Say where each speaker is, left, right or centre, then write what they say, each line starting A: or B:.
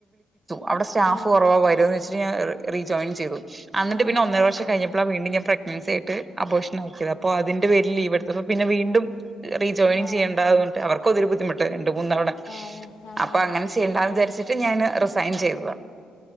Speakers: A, on the right (about 20°); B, on the left (about 85°).
A: അവിടെ സ്റ്റാഫ്
B: ആഹ്
A: ഒന്നരവർഷം കഴിഞ്ഞപ്പോൾ റീ ജോയിൻ ചെയ്തു എന്നിട്ട്
B: ആഹ്
A: പിന്നെ ഒന്നര വർം കഴിഞ്ഞ അ വീണ്ടുംഞാൻ പ്രഗ്നൻസി ആായിട്ട് അബോഷ ആിയത് അപ്പോ അതിന്റെ പേര് ലീവെടുത്ത അപ്പ പിന്നെ വീണ്ടും റീജോയും
B: ആഹ് ആഹ്
A: ചെയ്യേണ്ട അവർക്ക് അതൊരു ബുദ്ധിമുട്ട് രണ്ടുമൂന്നു തവണ
B: അതെ ആഹ്
A: അപ്പോ അങ്ങനെ ചെയ്യേണ്ട എന്ന് വിചാരിചിട്ട് ഞാൻ റിസൈൻ ചെയ്തു